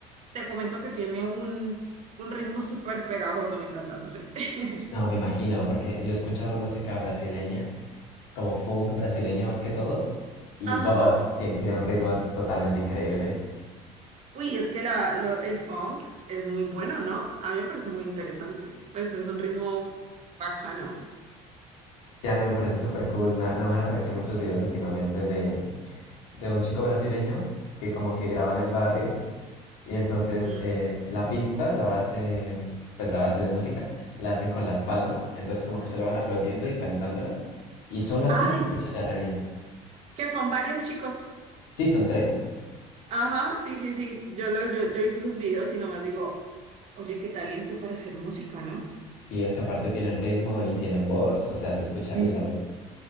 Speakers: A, on the right; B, on the left.
A: Te comento que tiene un, un ritmo súper pegajoso, me encanta, no sé. <laughs>
B: No, me imagino, porque yo he escuchado música brasileña, como funk brasileño más que todo, y
A: Ajá.
B: bof, tien- tiene, un ritmo totalmente increíble.
A: Uy, es que la, lo- el funk es muy bueno, ¿no? A mí me parece muy interesante, pues es un ritmo bacano.
B: Y a mí me parece súper cool, me ha- no me han aparecido muchos videos últimamente de, de un chico brasileño que como que graba en el barrio, y entonces
A: Mm.
B: eh, la pista, la base, pues la base de música, la hacen con las palmas, entonces como que solo van aplaudiendo y cantándola, y solo así
A: Ay,
B: se escucha ya re bien.
A: que son varios chicos.
B: Sí, son tres.
A: Ajá, sí, sí, sí. Yo lo, yo, yo he visto esos videos y nomás digo, oye, qué talento para hacer música, ¿no?
B: Sí, es que aparte tienen ritmo y tienen voz, o sea, se escucha
A: Sí.
B: bien la voz.